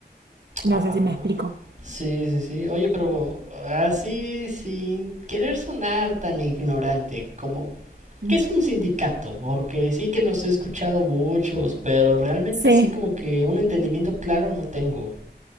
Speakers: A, on the right; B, on the right.
A: No
B: Ah,
A: sé si me explico.
B: sí, sí, sí. Oye, pero así, sin querer sonar tan ignorante, como
A: Mm.
B: ¿Qué es un sindicato? Porque sí que los he escuchado muchos, pero realmente
A: Sí,
B: así como que un entendimiento claro no tengo.